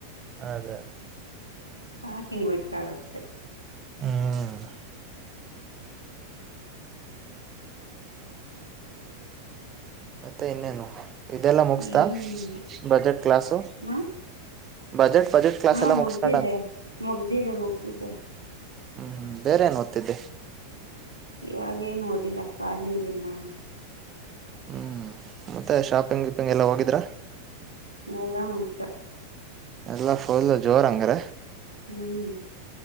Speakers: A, on the right; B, on the left.
A: ಅದೇ ಅದೇ.
B: ಸ್ಟಾರ್ಟಿಂಗ್ ಬಿಡ್ತಾರ ಅಷ್ಟೇ.
A: ಹ್ಮ ಮತ್ತೆ ಇನ್ನೇನು ಇದೆಲ್ಲಾ ಮುಗಸ್ತಾ
B: ಏನಿಲ್ಲ
A: ಬಜೆಟ್ ಕ್ಲಾಸು.
B: ಹ
A: ಬಜೆಟ್ ಬಜೆಟ್. ಕ್ಲಾಸ್
B: ಹಾ
A: ಎಲ್ಲ
B: ಮುಗ್ದಿದೆೆ,
A: ಮುಗಿಸ್ಕೊಂಡ ಅಂತ
B: ಮುಗ್ದಿದೆ ಮುಗ್ದಿದೆ.
A: ಹ್ಮ್ ಹ್ಮ್ ಬೇರೆ ಏನ್ ಓದ್ತಿದ್ದೆ.
B: ಇವಾಗೇನ್ ಓದಿಲ್ಲ ಕಾಲಿ ಇದೀನಾನು.
A: ಹ್ಮ್ ಮತ್ತೆ ಶಾಪಿಂಗ್ ಗಿಪಿಂಗ್ ಎಲ್ಲ ಹೋಗಿದ್ರಾ
B: <unintelligible>
A: ಎಲ್ಲಾ ಫುಲ್ ಜೋರ್ ಹಂಗರ.
B: ಹ್ಮ್